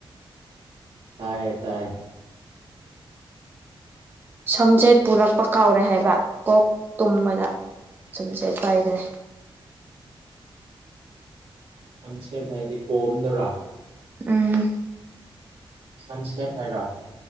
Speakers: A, on the right; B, on the right.
A: ꯇꯥꯏꯌꯦ ꯇꯥꯏꯌꯦ
B: ꯁꯝꯆꯦꯠ ꯄꯨꯔꯛꯄ ꯀꯥꯎꯔꯦ ꯍꯥꯏꯕ ꯀꯣꯛ ꯇꯨꯝꯕꯗ ꯁꯨꯝꯆꯦꯠ ꯄꯥꯏꯗ꯭ꯔꯦ
A: ꯁꯝꯁꯦꯠ ꯍꯥꯏꯗꯤ ꯀꯣꯝꯗꯔꯥ
B: ꯎꯝ
A: ꯁꯝꯁꯦꯠ ꯍꯥꯏꯔ